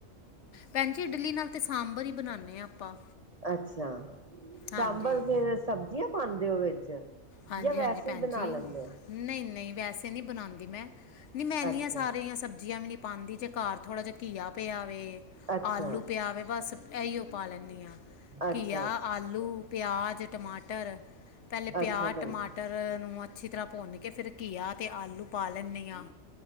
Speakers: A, on the left; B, on the right.
A: ਭੈਣ ਜੀ ਇਡਲੀ ਨਾਲ ਤਾਂ ਸਾਂਬਰ ਹੀ ਬਣਾਉਂਦੇ ਹਾਂ ਆਪਾਂ।
B: ਅੱਛਾ,
A: ਹਾਂਜੀ
B: ਸਾਂਬਰ ਫਿਰ ਸਬਜ਼ੀਆਂ ਪਾਂਦੇ ਉਹ ਵਿੱਚ।
A: ਹਾਂਜੀ-ਹਾਂਜੀ,
B: ਜਾਂ ਵੈਸੇ
A: ਭੈਣ
B: ਹੀ ਬਣਾ
A: ਜੀ
B: ਲੈਂਦੇ ਹੋ
A: ਨਹੀਂ-ਨਹੀਂ ਵੈਸੇ ਨਹੀਂ ਬਣਾਉਂਦੀ ਮੈਂ। ਨਹੀਂ ਮੈਂ ਇਨਿਆਂ
B: ਅੱਛਾ
A: ਸਾਰੀਆਂ ਸਬਜ਼ੀਆਂ ਵੀ ਨੀ ਪਾਉਂਦੀ ਜੇ ਘਰ ਥੋੜ੍ਹਾ ਜਿਹਾ ਘੀਆ ਪਿਆਵੇ
B: ਅੱਛਾ
A: ਆਲੂ ਪਿਆਵੇ ਬਸ। ਇਹੀਓ ਪਾ ਲੈਂਦੀ ਹਾਂ
B: ਅੱਛਾ
A: ਘੀਆ,
B: ਅੱਛਾ
A: ਆਲੂ, ਪਿਆਜ਼, ਟਮਾਟਰ ਪਹਿਲੇ ਪਿਆਜ਼
B: ਅੱਛਾ ਭੈਣ
A: ਟਮਾਟਰ
B: ਜੀ
A: ਨੂੰ ਅੱਛੀ ਤਰ੍ਹਾਂ ਭੁੰਨ ਕੇ ਫਿਰ ਘੀਆ ਤੇ ਆਲੂ ਪਾ ਲੈਂਦੇ ਹਾਂ।